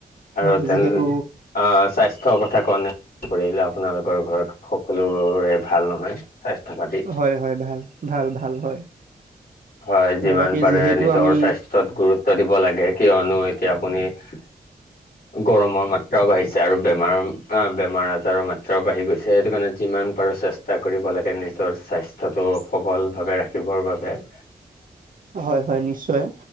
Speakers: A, on the left; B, on the right.
A: আৰু
B: হয়
A: তেনে
B: যিহেতু
A: স্বাস্থ্যৰ কথা কনে কৰিলে আপোনালোকৰ ঘৰত সকলোৰুৰে ভাল নহয় স্বাস্থ্য পাতি
B: হয় হয় ভাল ভাল ভাল হয়
A: হয় যিমান
B: এ বাকী
A: পাৰে
B: যিহেতু
A: নিজৰ
B: আমি
A: স্বাস্থ্যত গুৰুত্ব দিব লাগে কিয়নো এতিয়া আপুনি <unintelligible> <inaudible> গৰমৰ মাত্ৰাও বাঢ়িছে আৰু বেমাৰ বেমাৰ আজাৰৰ মাত্ৰাও বাঢ়ি গৈছে সেইটো কাৰণে যিমান মান পাৰো চেষ্টা কৰিব লাগে নিজৰ স্বাস্থ্যতটো সবল ভাৱে ৰাখিবৰ বাবে <inaudible>
B: হয় হয় নিশ্চয়